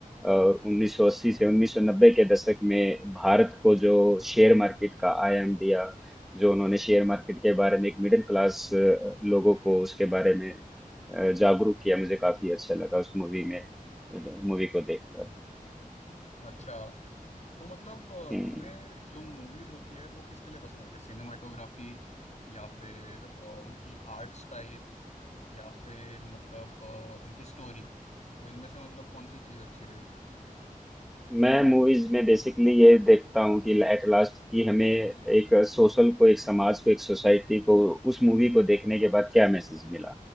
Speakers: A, in the centre; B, on the left.
A: और 1980 से 1990 के दशक में भारत को जो शेयर मार्केट का आयाम दिया जो उन्होंने शेयर मार्केट के बारे में एक मिडिल क्लास लोगों को उसके बारे में अ, जागरूक किया मुझे काफी अच्छा लगा उस मूवी में मूवी को देखकर
B: अच्छा तो मतलब अ,
A: हम्म
B: तुम्हें जो मूवीज होती है वो किसके लिए पसंद आती है सिनेमाटोग्राफी या फिर अ, उनकी आर्ट स्टाइल या फिर मतलब अ, उनकी स्टोरी तो इनमें से मतलब कौन सी चीज़ अच्छी रहेगी
A: मैं मूवीज में बेसिकली ये देखता हूँ कि एट लास्ट कि हमें एक सोशल को एक समाज को एक सोसाइटी को उस मूवी को देखने के बाद क्या मैसेज मिला